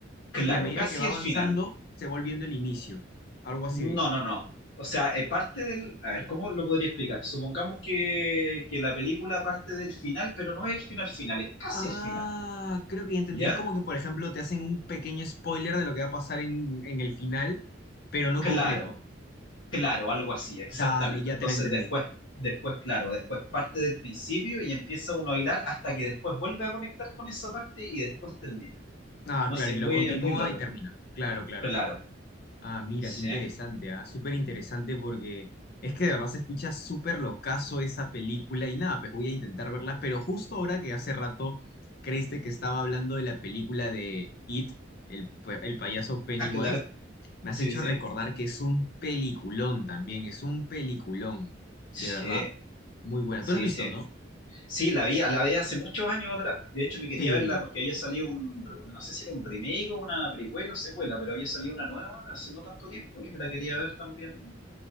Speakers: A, on the left; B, on the left.
A: Claro,
B: y a medida
A: casi
B: que va
A: el
B: avanzando,
A: final.
B: se va volviendo el inicio. Algo así
A: No,
B: de.
A: no, no. O sea, eh, parte del. A ver, ¿cómo lo podría explicar? Supongamos que, que la película parte del final, pero no es el final final, es casi
B: Ah,
A: el final.
B: creo que ya entendí.
A: ¿Ya?
B: Es como que, por ejemplo, te hacen un pequeño spoiler de lo que va a pasar en, en el final, pero no
A: Claro.
B: completo.
A: Claro, algo así, exactamente.
B: Dale, ya
A: Entonces
B: te lo entendí.
A: después, después, claro, después parte del principio y empieza uno a hilar hasta que después vuelve a conectar con esa parte y después termina.
B: Ah,
A: No,
B: claro,
A: sí, es
B: y lo
A: muy,
B: continúa
A: es muy loco.
B: y termina. Claro, claro.
A: Claro.
B: Ah, mira,
A: Sí.
B: qué interesante, ah, Súper interesante porque es que de verdad se escucha súper locazo esa película y nada, pues voy a intentar verla, pero justo ahora que hace rato creíste que estaba hablando de la película de It, el, pa- el payaso Pennywise,
A: Ah, claro.
B: me
A: Sí,
B: has hecho
A: sí.
B: recordar que es un peliculón también, es un peliculón,
A: Sí,
B: de verdad, muy buena.
A: sí,
B: ¿Tú la has visto,
A: sí.
B: no?
A: Sí, la vi, la vi hace muchos años atrás. De hecho, me quería
B: Sí.
A: verla porque había salido un, re- no sé si era un remake o una precuela o secuela, pero había salido una nueva hace no tanto tiempo y me la quería ver también